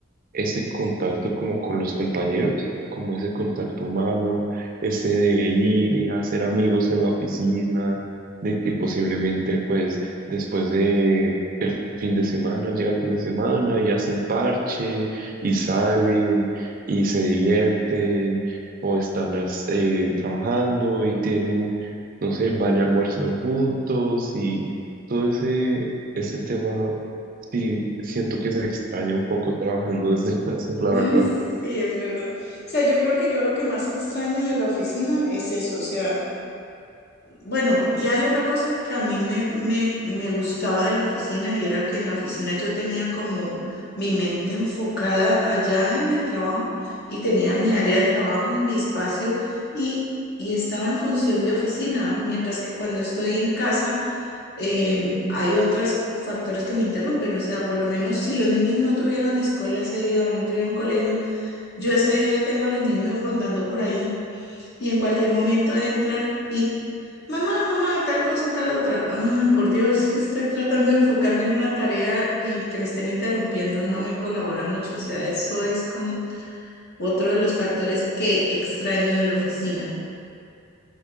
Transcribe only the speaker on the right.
ese contacto como con los compañeros, como ese contacto humano, ese de ir y hacer amigos en la oficina, de que posiblemente pues después de el fin de semana, llega el fin de semana y hacen parche y salen y se divierten o están as- eh, trabajando y tienen, no sé, van y almuerzan juntos y todo ese, ese tema Sí, siento que se extraña un poco trabajando <laughs> desde casa, la
verdad.